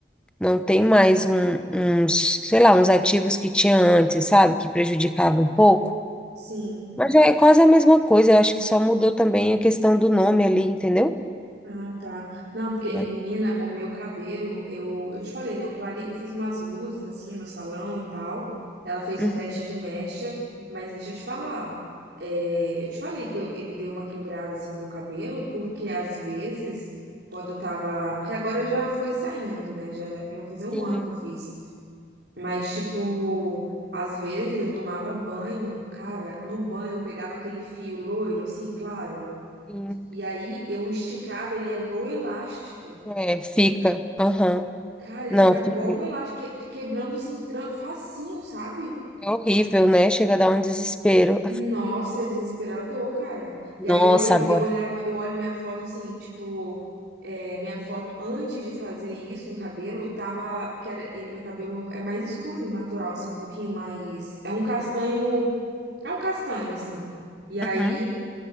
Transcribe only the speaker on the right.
Sim.
Ah, tá. Não, porque,
menina, o meu cabelo, eu, eu te falei, né? Eu, clare... eu fiz umas luzes assim no salão e tal. Ela fez
o teste de mecha, mas deixa eu te falar. é, eu te falei que eu- ele deu uma quebrada assim no meu cabelo, porque às vezes, quando eu tava. Porque agora já foi saindo, né? Já, já vai fazer um
ano que eu fiz. Mas, tipo, às vezes eu tomava banho, cara, no banho eu pegava aquele fio loiro, assim, claro.
E aí eu esticava, ele era igual um elástico.
Cara, ele
ficava
igual um elástico, que- quebrando assim, tran- facinho, sabe?
Nossa, é desesperador, cara.
E aí eu lembro,
eu olhava, eu olho minha foto assim, tipo, é, minha foto antes de fazer isso no cabelo, tava, que era, ele, meu cabelo é mais escuro, natural, assim, um pouquinho mais, é um castanho, é um castanho, assim. E aí